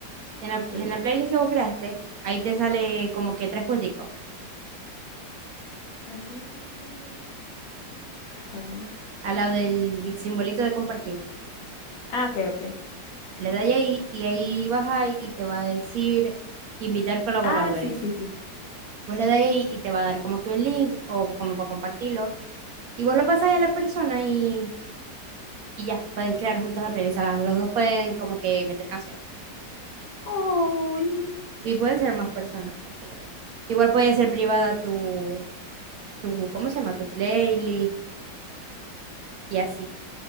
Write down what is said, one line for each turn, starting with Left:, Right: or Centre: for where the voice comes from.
Right: en la,
Left: Eh,
Right: en la playlist que vos creaste, ahí te sale como que tres punticos
Left: a ver. Ajá.
Right: al lado del simbolito de compartir.
Left: Ah, ok, ok.
Right: Le dais ahí y ahí vas ahí y te va a decir invitar colaboradores.
Left: Ah, sí, sí, sí.
Right: Vos le dais ahí y te va a dar como que un link o como para compartirlo. Y vos lo pasáis a la persona y, y ya, pueden crear juntos la playlist. O sea, los dos pueden como que meter canciones.
Left: ¡Ay!
Right: Y pueden ser más personas, pueden ser varias. Igual puede ser privada tu, tu, ¿cómo se llama? Tu playlist y así.